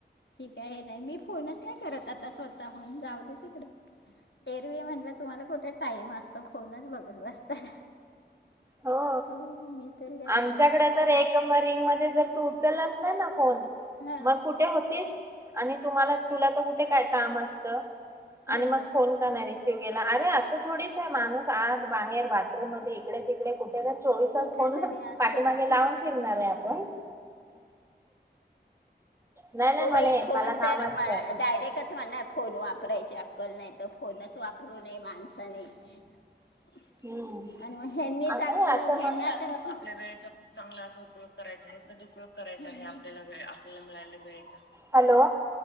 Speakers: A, on the left (about 80°); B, on the right (about 15°).
A: ठीक आहे हे नाही मी फोनच नाही करत आता स्वतःहन जाऊ दे तिकडं, एअरवे म्हटलं तुम्हाला कुठे टाइम असतं फोनच बघत बसताना.
B: हो
A: हा आता मी तरी कशाला
B: आमच्याकडे
A: क
B: तर एक रिंग म जर तू उचल असला ना फोन
A: हां
B: मग कुठ कुठे होतीस आणि तुम्हाला तुला तर कुठे काय काम असतं. आणि
A: हो
B: मग फोन का नाही ला अरे असं थोडीच आहे, माणूस आत बाहेर बाथरूम मध्ये इकडे तिकडे कुठे चोवीस तास
A: कुठं
B: खोल
A: तरी असतं
B: पाठीमागे लावून फिरणार आहे आपण. नाही नाही
A: हो
B: म्हणे
A: बाई फोन
B: मला काम
A: तर
B: असतं
A: म डायरेक्ट च म्हणणार फोन वापरायची अक्कल नाही तर फोनच वापरू नये माणसाने. <inaudible>
B: हम्म.
A: आणि मग हनी
B: अ अय,
A: चालत हो
B: असं
A: हना
B: मग
A: तर. आपल्या वेळेचा खूप चांगला असा उपयोग करायचा आहे सदुपयोग करायचा आहे आपल्याला वे आपल्याला मिळाल्या वेळेचा.
B: हॅलो.